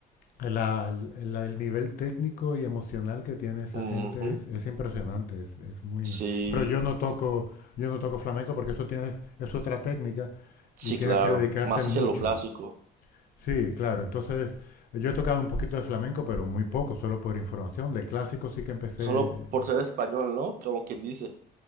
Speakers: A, on the left; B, on the right.
A: La- la- el nivel técnico y emocional que tiene esa
B: Ujú.
A: gente es, es impresionante, es, es muy...
B: Sí,
A: Pero yo no toco, yo no toco flamenco porque eso tienes, es otra técnica
B: sí,
A: y tienes
B: claro,
A: que dedicarte
B: más
A: mucho.
B: hacia lo clásico,
A: Sí, claro. Entonces, yo he tocado un poquito de flamenco, pero muy poco, solo por información. De clásico sí que empecé.
B: solo por ser español, ¿no? Como quien dice.